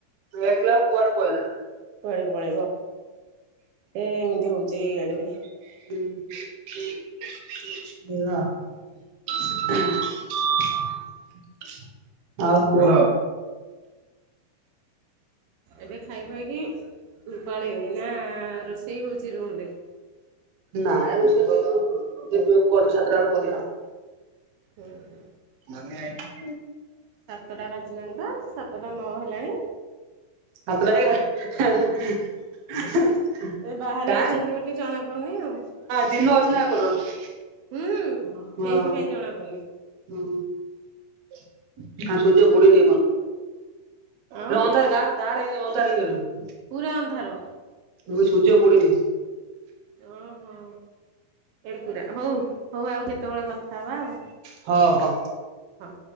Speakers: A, on the right; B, on the right.
A: ଦେଖିଲା ବେଳକୁ କୁଆଡେ ପଳେଇଲା।
B: କୁଆଡେ ପଳେଇବ ଏ ଏମିତି ହଉଛି ଇଆଡେ ବି।
A: <unintelligible> ଆଉ କୁହ।
B: ଏବେ ଖାଇ ଖୁଆକି ପଳେଇବେ ନା ରୋଷେଇ ହଉଛି ରୁମରେ।
A: ନାଇଁ ରୋଷେଇ ଆଉ ହଉନି ଡେରି ଡେରି କରି ସାତଟା ବେଳକୁ କରିବା।
B: ଓ ହୋ।
A: ନାନି ଆଇଛି।
B: ସାତଟା ବାଜିଲାଣି ବା ସାତଟା ନ ହେଲାଣି।
A: ସାତଟା ହେଇଗଲାଣି ହେଁ ହେଁ ହୁଁ। <unintelligible>
B: ଏ ବାହାରେ
A: ନା
B: ଅଛନ୍ତି ବୋଲି ଜଣା ପଡୁନି ଆଉ
A: ଦିନ ଅଛି ନା ଏପଟର ହଁ।
B: ହୁଁ ସେଇଥିପାଇଁ ଜଣା ପୁଡୁନି।
A: ହୁଁ ଆଉ ସନ୍ଧ୍ୟା ବୁଡିନି ଏ ପର୍ଯ୍ୟନ୍ତ।
B: ଆଉ
A: ଗାଁ ଅନ୍ଧାର ଗାଁରେ ଗାଁରେ ଇଏ ଅନ୍ଧାର ହେଇଗଲାଣି।
B: ପୁରା ଅନ୍ଧାର।
A: ମୁଁଁ ସୂର୍ଯ୍ୟ ବୁଡ଼ିନି।
B: ଓହୋ ଏଡକୁଟା ହଉ ହଉ ଆଉ କେତେବେଳେ କଥା ହବା ଆଉ।
A: ହଁ ହଁ
B: ହଁ